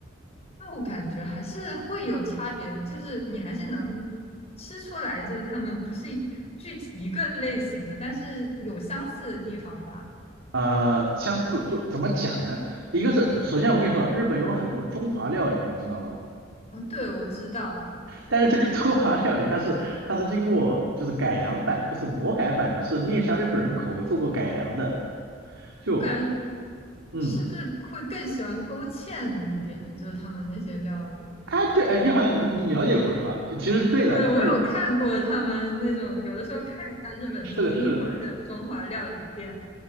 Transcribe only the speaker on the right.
呃，相似。就怎么讲呢？一个是首先我跟你说啊日本有很多中华料理，你知道吗？
但是这个中华料理它是 <laughs> 它是经过就是改良版，就是魔改版的，是面向日本人口味做过改良的。就
嗯，
哎对，哎你好像你你了解过是吧？就其实对的，
就是
<laughs> 是的是的